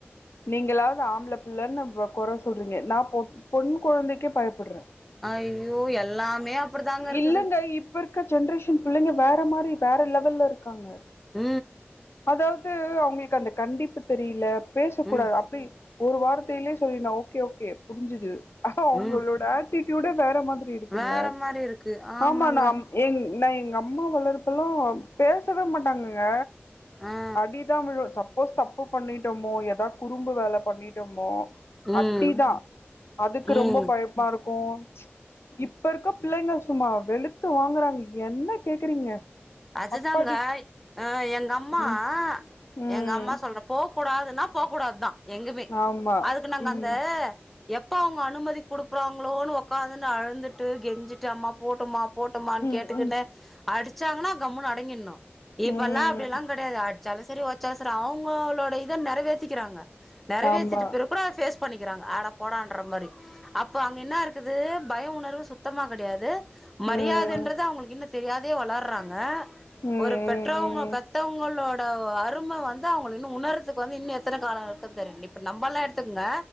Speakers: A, on the left; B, in the centre.
A: நீங்களாவது ஆம்பள புள்ளன்னு குறை சொல்றீங்க நா பொ பொண் கொழந்தைக்கு பயப்ப போடுறேன்
B: அய்யோ எல்லாமே அப்டிதாங்க இருக்குது
A: இல்லங்க இப்ப இருக்க ஜென்ரேஷன் பிள்ளைங்க வேற மாரி வேற லெவல்ல இருக்காங்க
B: ஊ
A: அதாவது அவங்க ந்த கண்டிப்பு தெரியில பேசக்கூடாது
B: ம்
A: அப்டி ஒரு வார்தைலே சொல்லிலா ஓகே - ஓகே புரிஞ்சுது அவங்களோட
B: ம்
A: ஆட்டூட வேற <unintelligible> இருக்குங்க
B: வேற மாதிரி இருக்கு ஆமாங்க
A: ஆமா நான் நான் எங்க அம்மா வளறப்பெல்லாம் பேசவே மாட்டாங்கங்க
B: ஆ
A: அடிதான் விழ சப்போஸ் தப்பு பண்ணிட்டோமோ ஏதா குறும்பு வேலை பண்ணிட்டோமோ
B: ம்
A: அடிதான் அதுக்கு
B: ம்
A: ரொம்ப பயமா இருக்கும் இப்ப இருக்க பிள்ளைங்க சும்மா வெளுத்து வாங்குறாங்க என்ன கேக்குறீங்க
B: அதுதாங்க
A: அப்பாடி
B: ஆ எங்க அம்மா
A: ம்
B: அம்மா
A: ம்
B: எங்க அம்மா சொல்றே போக கூடாதுன்னா போகூடாது தா எங்கமே
A: ஆமா
B: அதுக்கு நாங்க
A: ம்
B: அந்த எப்ப அவங்க அனுமதி கொடுக்குறாங்களோ உடக்காந்துன்னு அழுந்துட்டு கெஞ்சிட்டு அம்மா போட்டுமா போட்டோமான்
A: ம்
B: கேட்டுக்கு
A: ம்
B: அடுச்சாங்கனா கம்முனு அடங்கிடனும் இப்பெல்லாம்
A: ம்
B: அப்படியெல்லாம் கிடையாது வச்சாலும் சரி வச்சா சரி அவங்களோட இத நிறைவே கிறாங்க நிறைவேத்திட்டு
A: ஆமா
B: பிற கூட பேஸ்ப பண்ணிக்கிறாங்க ஆட போடன்ற மாதிரி அப்ப அங்க என்ன இருக்குது பய உணர்வு சுத்தமா கிடையாது மரியாதன்றது
A: ம்
B: அவங்களுக்கு இன் தெரியாதே வளர்றாங்க
A: ம்
B: <unintelligible> ஒரு பெற்றவங்க
A: ம் ம்
B: பெத்தவங்களோட ப்ப அருமை வந்து அவங்க இன்னும் உணர்துக்கு வந்து இன்னும் எத்தனை காலம் இருக்கு தெரியும் இப்போ நம்மல்லாம் எடுத்துக்கங்க